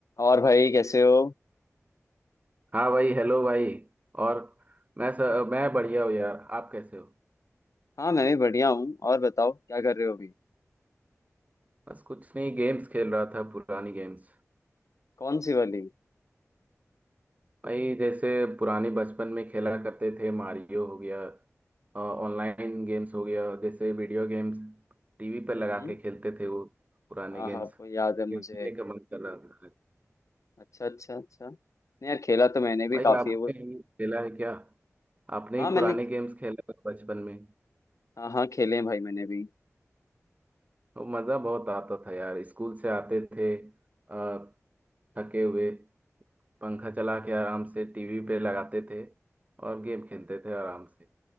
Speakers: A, on the left; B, on the right.
A: और भाई कैसे हो
B: हाँ भाई हेलो भाई और मैं सर मैं बढ़िया हूँ यार आप कैसे हो
A: हाँ मैं भी बढ़िया हूँ और बताओ क्या कर रहे हो अभी
B: बस कुछ नहीं गेम्स खेल रहा था पुरानी गेम्स
A: कौन सी वाली
B: भाई जैसे पुराने बचपन में खेला करते थे मारियो हो गया ऑनलाइन गेम्स हो गया जैसे वीडियो गेम्स टीवी पर
A: हम्म
B: लगा के खेलते थे वो पुराने
A: हाँ
B: गेम्स
A: हाँ वो याद है मुझे
B: खेलने का मन कर रहा था
A: अच्छा अच्छा अच्छा नहीं यार खेला तो मैंने भी
B: भाई
A: काफी
B: आपने
A: है वो
B: भी खेला है क्या आपने
A: हाँ
B: भी
A: मैंने
B: पुराने गेम्स खेला था बचपन में
A: हाँ हाँ खेले हैं भाई मैंने भी
B: तो मज़ा बहुत आता था यार स्कूल से आते थे अ, थके हुए पंखा चला के आराम से टीवी पे लगाते थे और गेम खेलते थे आराम से